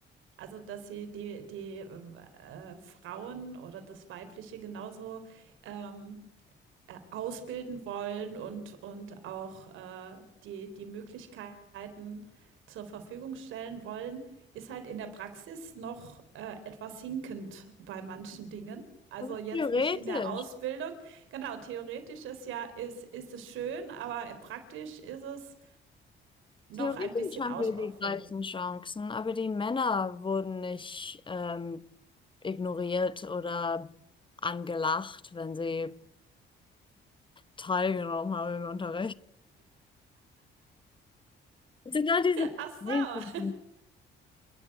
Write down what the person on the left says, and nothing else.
<laughs>
Theoretisch.
Theoretisch
haben
wir die gleichen Chancen, aber die Männer wurden nicht ähm, ignoriert oder angelacht, wenn sie teilgenommen haben im Unterricht. Es sind all diese
Kleinigkeiten.